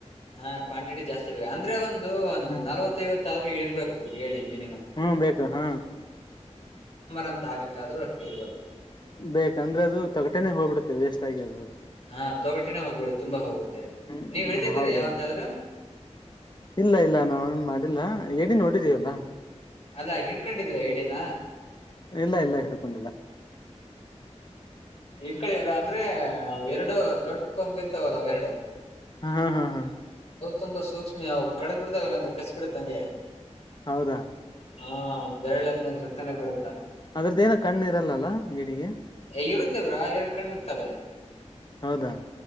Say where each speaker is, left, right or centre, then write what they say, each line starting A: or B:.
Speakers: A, on the left (about 60°); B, on the left (about 40°).
A: ಹಾ ಕ್ವಾಂಟಿಟಿ ಜಾಸ್ತಿ ಇರ್ಬೇಕು ಅಂದ್ರೆ ಒಂದು ಒಂದು
B: ಹ್ಮ್
A: ನಲವತ್ತ ಐವತ್ತ ಆದ್ರೂ ಇರ್ಬೇಕು ಎನ <unintelligible>
B: ಹ್ಮ್ ಬೇಕು ಹಾ
A: ಅಂತ ಆಗಕ್ಕಾದ್ರೂ ಅಷ್ಟು ಇರ್ಬೇಕು
B: ಬೇಕಂದ್ರೆ ಅದು ತೊಗಟೇನೆ ಹೋಗ್ಬಿಡ್ತ ಮ ವೇಸ್ ಆಗದ
A: ಹಾ ತೊಗಟೆನನೆ ಹೋಗ್ಬಿಡು ತುಂಬಾ ಹೋಗುತ್ತೆ
B: ಹ್ಮ್
A: ನೀವ್ ಹಿಡಿದಿದ್ದೀರಾ
B: ಹೌದೌದು
A: ಯಾವತ್ತಾದ್ರೂ
B: ಇಲ್ಲ ಇಲ್ಲ ನಾವ ಮಾಡಿಲ್ಲ ಹೇಳ ನೋಡಿದೀವಲ್ಲ
A: ಅಲ್ಲಾ ಹಿಡ್ಕೊಂಡಿದೀರಾ ಹೇಳಏಡೇನಾ
B: ಇಲ್ಲ ಇಲ್ಲ ಹಿಡ್ಕೊಂಡಿಲ್ಲ
A: ಇಟ್ಕಳೆಯವರು ಅಂದ್ರೆ ಎರಡು ದೊಡ್ ಕೊಂಬಿ ಇರ್ತಾವಲ್ಲ ಎರಡು
B: ಹ ಹಾ ಹಾ ಹಾ
A: ತುಂಬಾ ಸೂಕ್ಷ್ಮಿಾವವು ಕಡದ್ ಬಿಡ್ತಾವಲ್ಲ ಅಂದ್ರೆ ಕಸಿ ಬಿಡತ್ತಂಗೆ
B: ಹೌದಾ
A: ಹಾ ಬೆರಳದೇಲೆ ಬತನ ಬರುತ್ತೆ
B: ಅದ್ರದ್ದ ಏನ ಕಣ್ಣು ಇರಲ್ಲಲ್ಲ ಎಡಿಗೆ
A: ಇರುತ್ತೇವ್ರಾ ಎರಡು ಕಣ ಇರ್ತವೆ
B: ಹೌದಾ